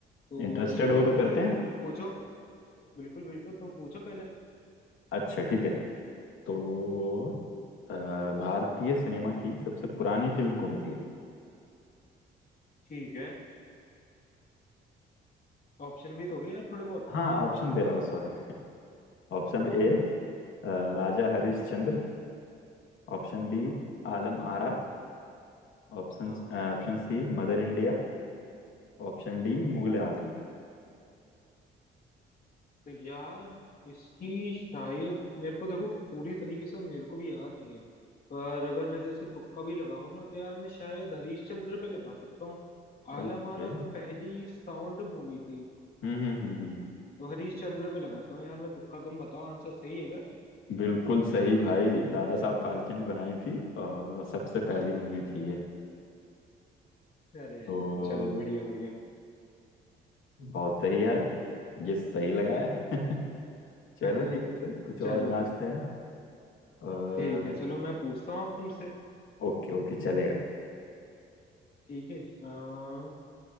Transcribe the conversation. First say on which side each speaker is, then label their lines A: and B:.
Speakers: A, on the left; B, on the left.
A: तो
B: इंटरेस्टेड
A: शुरू
B: हो
A: करते
B: तो करते
A: हैं
B: हैं
A: तुम पूछो बिल्कुल बिल्कुल तुम पूछो पहले
B: अच्छा ठीक है तो अ, भारतीय सिनेमा की सबसे पुरानी फिल्म कौन सी है
A: ठीक है ऑप्शन भी दोगे यार थोड़े बहुत
B: हाँ ऑप्शन दे रहा हूँ sorry Option A
A: हाँ
B: Raja Harishchandra Option
A: हाँ
B: B Alam Ara Option
A: हाँ
B: option C Mother India Option D
A: हाँ
B: Mughal-e Azam
A: तो यार इसकी शायद मेरे को देखो पूरी तरीके से मेरे को भी याद नहीं है पर अगर मैं जैसे तुक्का भी लगाऊं ना तो यार मैं शायद हरीश चंद्र पे लगा सकता हूँ आलम
B: Okay
A: आरा तो पहली साउंड मूवी थी
B: हम्म हम्म हम्म हम्म
A: तो हरीश चंद्र पे लगाता हूँ यार मैं तुक्का तुम बताओ आंसर सही है क्या
B: बिल्कुल सही भाई दादा साहब फाल्के ने बनाई थी और सबसे पहली
A: अरे
B: मूवी थी ये
A: अरे
B: तो
A: चलो बढ़िया बढ़िया
B: बहुत सही यार ये सही लगा है <laughs> चलो
A: <laughs>
B: ठीक है फिर कुछ और
A: चलो
B: जांचते हैं और
A: ठीक है चलो मैं पूछता हूँ अब तुमसे
B: ओके ओके चलेगा
A: ठीक है अ,